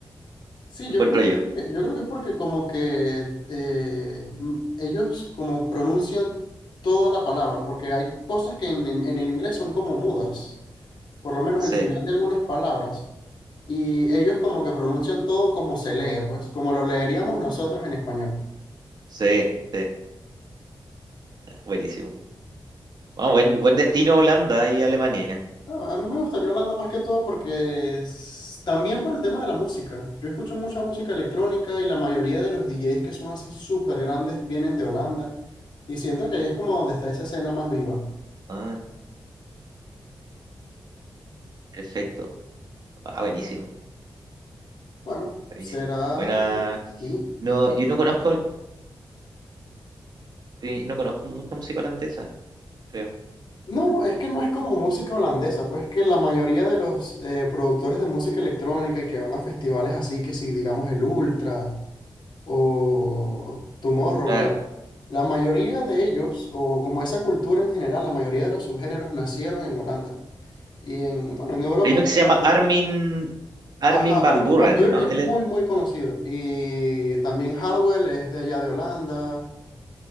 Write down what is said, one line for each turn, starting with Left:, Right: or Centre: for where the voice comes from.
Left: Sí,
Right: encuentro
Left: yo creo que,
Right: yo.
Left: es yo creo que es porque como que eh, m- ellos como pronuncian toda la palabra, porque hay cosas que en, en- en el inglés son como mudas, por lo menos
Right: Sí,
Left: el final de algunas palabras, y ellos como que pronuncian todo como se lee, pues, como lo leeríamos nosotros en español.
Right: sí, sí. Ah, Buenísimo. Ah, buen, buen destino Holanda y Alemania.
Left: No, a mí me gustaría Holanda más que todo porque es- también por el tema de la música. Yo escucho mucha música electrónica y la mayoría de los DJs que son así súper grandes vienen de Holanda. Y siento que ahí es como donde está esa escena más viva.
Right: Ah, perfecto. Ah, buenísimo,
Left: Bueno,
Right: buenísimo.
Left: será
Right: Buena.
Left: dejarlo hasta aquí.
Right: No, yo no conozco, eh, no conozco mucha música holandesa, creo.
Left: No, no, es que no es como música holandesa, pues que la mayoría de los eh, productores de música electrónica y que van a festivales así, que si digamos el Ultra o Tomorrowland,
Right: Claro.
Left: la mayoría de ellos, o como esa cultura en general, la mayoría de los subgéneros nacieron en Holanda y en, bueno, en Europa
Right: Hay uno
Left: en
Right: que
Left: general,
Right: se llama
Left: ¿no?
Right: Armin, Armin
Left: Ajá,
Right: van
Left: Armin
Right: Buuren,
Left: van Buuren
Right: ¿no?
Left: es
Right: Él
Left: muy,
Right: es,
Left: muy conocido y también Hardwell es de allá de Holanda